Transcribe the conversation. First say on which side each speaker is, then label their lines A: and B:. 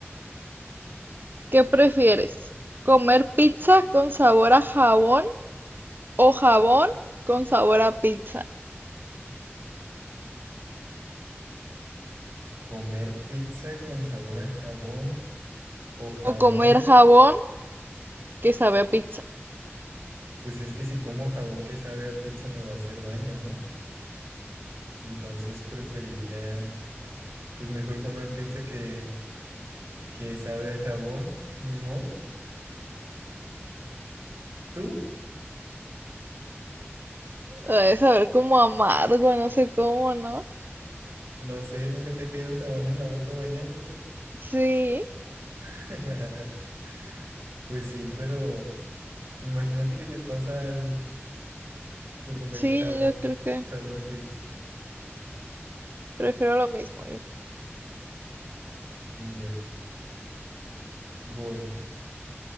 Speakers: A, on the right; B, on the right.
A: ¿Qué prefieres? ¿Comer pizza con sabor a jabón o jabón con sabor a pizza?
B: ¿Comer pizza con sabor a jabón o jabón?
A: ¿O comer jabón que sabe a pizza?
B: Pues es que si como jabón que sabe a pizza me va a hacer daño, ¿no? Entonces preferiría, pues mejor comer pizza que, que sabe a jabón, ni modo. ¿Tú?
A: Debe saber como amargo, no sé cómo, ¿no?
B: No sé, nunca te ha caído jabón en la boca bañándote.
A: Sí,
B: <laughs> Pues sí, pero imagínate que te pasa algo por comer
A: sí,
B: jabón
A: yo creo que
B: sabor pizza.
A: prefiero lo mismo, yo creo.
B: Ya, voy.